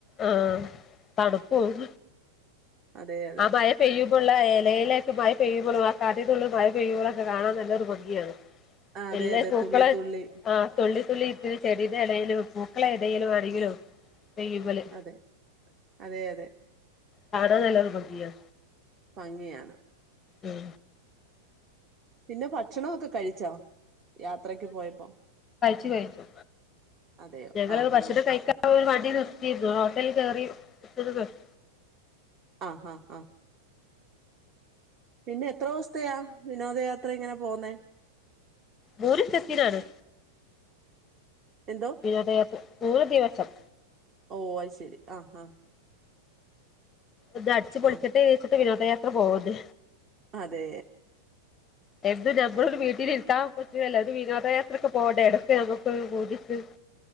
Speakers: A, on the left; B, on the right.
A: ആഹ് തണുപ്പും.
B: അതെ അതെ
A: ആഹ് മഴ പെയ്യുമ്പോയുള്ള ഇലയില് ഒക്കെ മഴ. പെയ്യുമ്പോഴും ആഹ് കട്ടിക്കുള്ള മഴ പെയ്യുമ്പോൾ ഒക്കെ കാണാൻ നല്ലൊരു ഭംഗിയാണ്.
B: ആഹ് അതെ
A: എല്ലാ
B: അതെ
A: പൂക്കളെ
B: തുള്ളി തുള്ളി
A: ആഹ് തുള്ളി തുള്ളി. ഈ ചെടിയുടെ ഇടേലും പൂക്കളുടെ ഇടേലും ആണെങ്കിലും. പെയ്യുമ്പല്
B: അതെ അതെ അതെ
A: കാണാൻ നല്ലൊരു ഭംഗിയാ.
B: ഭംഗിയാണ്
A: ഉം
B: പിന്നെ ഭക്ഷണമൊക്കെ കഴിച്ചോ, യാത്രക്ക് പോയപ്പോ?
A: ഇത്തി കഴിച്ചു,
B: അതെയോ
A: ഞങ്ങള്
B: ആഹ്
A: ഭക്ഷണം
B: ആഹ്
A: കഴിക്കാൻ വ വണ്ടി നിർത്തിരുന്നു ഹോട്ടലിൽ കേറി ഇത്തിരി ഭക്ഷ
B: ആഹ് ആഹ് ആഹ് പിന്നെ എത്ര ദിവസത്തെയാ വിനോദയാത്ര ഇങ്ങനെ പോവുന്നെ.
A: മൂന്ന് ദിവസത്തിന് ആണ്,
B: എന്തോ
A: വിനോദയാത്ര. മൂന്ന് ദിവസം
B: ഓ അത് ശരി ആഹ് ആഹ്.
A: ഇത് അടിച്ച് പൊളിച്ചിട്ട്
B: ആഹ്
A: കഴിച്ചിട്ട് വിനോദയാത്ര പോവന്ന്.
B: അതെ
A: എന്നും ഞമ്മളൊരു വീട്ടിലിരിത്താൻ പറ്റൂവേല ഒരു വിനോദയാത്രക്ക് പോവണ്ടയാണ്, ഇടക്ക് നമുക്ക് ഒരു പൂതിക്ക്. ക്ക്